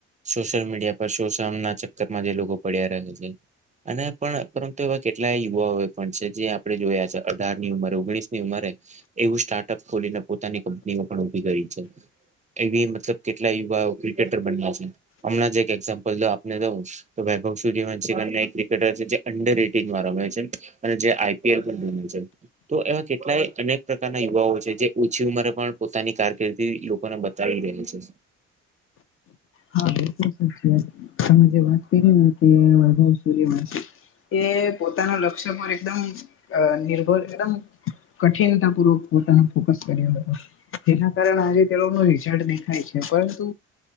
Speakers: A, on the right; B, on the left.
A: સોશિયલ મીડિયા પર શો શન ના ચક્કર માં જે લોકો પડ્યા રહ છે. અને પણ પરંતુ એવા કેટલાય યુવાઓ પણ છે જે આપણે જોયા છે અઢાર ની ઉંમરે ઓગણીસ ની ઉંમરે એવું સ્ટાર્ટઅપ ખોલીને પોતાની કંપનીમાં પણ ઉભી કરી છે. એવી મતલબ કેટલા યુવાઓ ક્રિકેટર બન્યા છે હમણાં એક એક્ઝામ્પલ આપને દઉ તો વૈભવ સુયૅ વંશિ ને એક ક્રિકેટર છે જે અંડર એટીન વાળો હોય છે. અને જે આઈપીએલ તો એવા કેટલાય અનેક પ્રકાર યુવાઓ છે જે ઓછી ઉંમરે પણ પોતાની કારકિર્દી લોકોને બ બતાવી રહે છે.
B: હા સાચી વાત તમે જે વાત કરી ને કે વૈભવ સૂર્યવંશી એ પોતાના લક્ષ્ય પર એકદમ અ નિર્ભર એકદમ કઠિનતા પૂર્વક પોતાનો ફોકસ કર્યો હતો. જેના કારણે આજે તેઓનું રિઝલ્ટ દેખાય છે પરંતુ